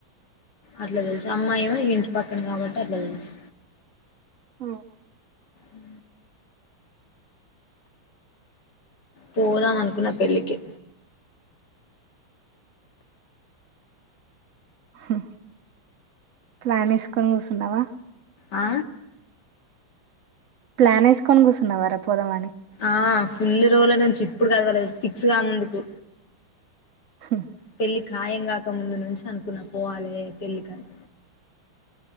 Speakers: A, on the left; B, on the right.
A: అట్లా తెలుసు అమ్మాయమో ఇగ ఇంటి పక్కన కాబట్టి అట్ల తెలుసు
B: అవ్
A: ఉ పోదాం అనుకున్న పెళ్ళికి
B: హు ప్లాన్ ఏసుకొని కూసున్నావా
A: ఆ
B: ప్లాన్ ఏసుకొని కూసున్నావరా పోదామని
A: ఆ ఫుల్ల్ రోజుల నుంచి ఇప్పుడు గదువలేదు ఫిక్స్ గానందుకు
B: హు
A: పెళ్ళి ఖాయం గాక ముందు నుంచి అనుకున్న పోవాలే పెళ్ళికని